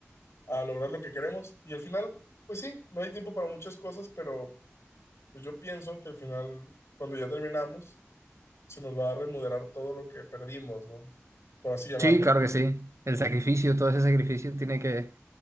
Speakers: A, on the left; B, on the right.
A: a lograr lo que queremos. Y al final, pues sí, no hay tiempo para muchas cosas, pero pues yo pienso que al final, cuando ya terminamos se nos va a remodelar todo lo que perdimos, ¿no? Por así llamarlo.
B: Sí, claro que sí. El sacrificio, todo ese sacrificio tiene que,